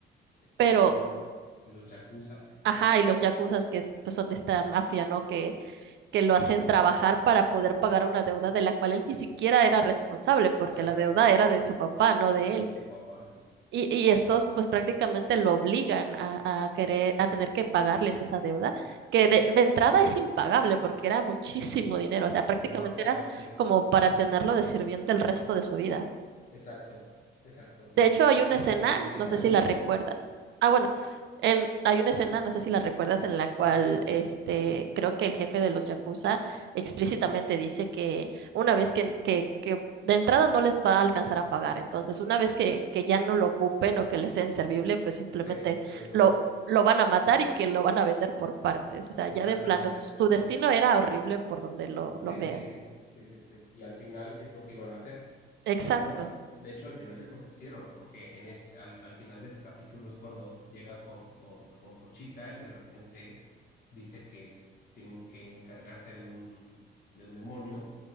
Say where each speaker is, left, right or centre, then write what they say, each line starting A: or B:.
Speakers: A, on the left; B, on the right.
A: sí.
B: pero,
A: Y los, y los Yakuza,
B: ajá,
A: ¿no?
B: y los yakuzas que es- pues son esta mafia, ¿no? Que que
A: Sí,
B: lo hacen trabajar para poder pagar una deuda de la cual él ni siquiera era responsable, porque
A: exacto.
B: la deuda era de su papá, no de
A: Era
B: él.
A: de su papá, sí.
B: Y, y estos pues prácticamente lo obligan a, a querer, a tener que pagarles esa deuda, que
A: Sí,
B: de, de, entrada es impagable porque era muchísimo dinero, o sea, prácticamente
A: demasiado,
B: era
A: sí.
B: como para tenerlo de sirviente el resto de su vida.
A: Exacto, exacto.
B: De
A: Y
B: hecho, hay
A: estuvo
B: una escena,
A: 10
B: no sé
A: años,
B: si la recuerdas.
A: ¿no?
B: Ah, bueno, en, hay una escena, no sé si la recuerdas, en la cual
A: Ah,
B: este, creo que el jefe de los Yakuza explícitamente dice que una vez que, que, que de entrada no les va a alcanzar a pagar, entonces una vez que, que ya no lo ocupen o que les sea inservible, pues simplemente
A: sí, que lo iban
B: lo,
A: a...
B: lo van a matar y que lo van a vender por partes. O sea,
A: Exactamente,
B: ya de plano, su, su destino
A: sí,
B: era horrible por donde lo, lo
A: sí,
B: veas.
A: sí, sí, sí, sí, sí. Y al final es lo que iban a hacer.
B: Exacto.
A: Bueno, de hecho al final es lo que hicieron, porque en es, al, al final de ese capítulo es cuando es- llega con, con, con Pochita y de repente dice que tienen que encargarse de un, de un demonio